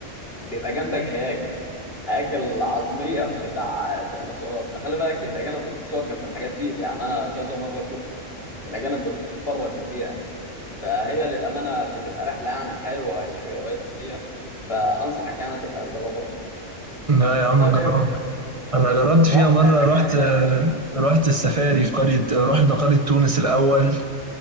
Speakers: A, on the left; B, on the right.
A: بيبقى جنبك هياكل هياكل عظمية بتاع ديناصورات ده خلي بالك الأجانب بتتصور جنب الحاجات دي, دي يعني أنا كذا مرة أشوف الأجانب بتتفرج جنبيها فهي للأمانة بتبقى رحلة يعني حلوة شوية فأنصحك يعني تبقى تجربها
B: لا
A: أنت
B: يا عم
A: طيب
B: جربت انا جربت فيها
A: رحت
B: مرة
A: أماكن
B: رحت
A: إيه تاني
B: آه،
A: في مصر؟
B: رحت السفاري في قرية رحنا قرية تونس الاول